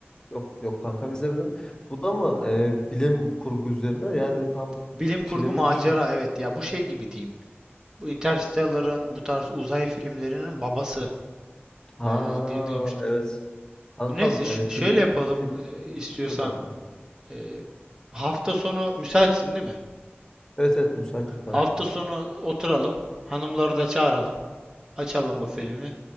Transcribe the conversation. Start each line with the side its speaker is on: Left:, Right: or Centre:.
Left: yok yok kankam izlemedim. Bu da mı e, bilim kurgu üzerine? Yani tam
Right: Bilim kurgu
Left: filmin
Right: macera
Left: tü-
Right: evet ya bu şey gibi diyeyim. Bu Interstellar'ın bu tarz uzay filmlerinin babası
Left: Ha
Right: e, diye duymuştum.
Left: evet. Kankam
Right: Neyse ş-
Left: e,
Right: şöyle
Left: film
Right: yapalım
Left: film
Right: e,
Left: buydu.
Right: istiyorsan.
Left: Buyur kankam.
Right: E, hafta sonu müsaitsin değil mi?
Left: Evet evet müsaitim kankam.
Right: Hafta sonu oturalım. Hanımları da çağıralım. Açalım
Left: Tamam.
Right: bu filmi.